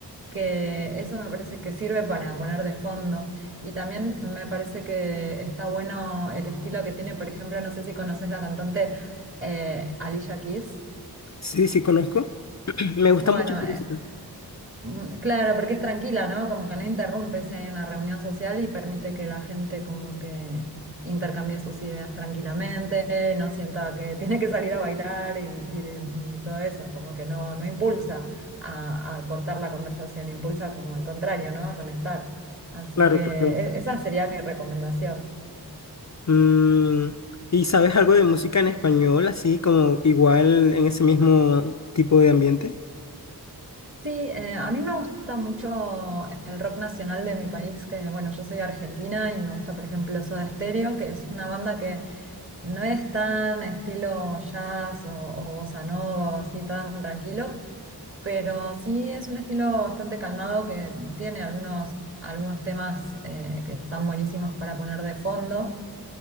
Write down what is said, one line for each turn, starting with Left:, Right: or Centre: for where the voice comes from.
Right: que eso me parece que sirve para poner de fondo. Y también me parece que está bueno el estilo que tiene, por ejemplo, no sé si conoces la cantante eh, Alicia Keys.
Left: Sí, sí, conozco. <clears throat> Me gusta
Right: Bueno,
Left: mucho su música.
Right: Mm, Claro, porque es tranquila, ¿no? Como que no interrumpe si hay una reunión social y permite que la gente como que intercambie sus ideas tranquilamente, no sienta que <laughs> tiene que salir a bailar y, y de- y todo eso, como que no, no impulsa a, a cortar la conversación, impulsa como al contrario, ¿no? A conectar. Así
Left: Claro,
Right: que
Left: claro.
Right: e- esa sería mi recomendación.
Left: Mm, ¿y sabes algo de música en español, así como igual en ese mismo tipo de ambiente?
Right: Sí, eh, a mí me gusta mucho el rock nacional de mi país, que bueno, yo soy argentina y me gusta, por ejemplo, Soda Stereo, que es una banda que No es tan estilo jazz o, o bossa nova o así tan tranquilo, pero sí es un estilo bastante calmado que tiene algunos, algunos temas eh, que están buenísimos para poner de fondo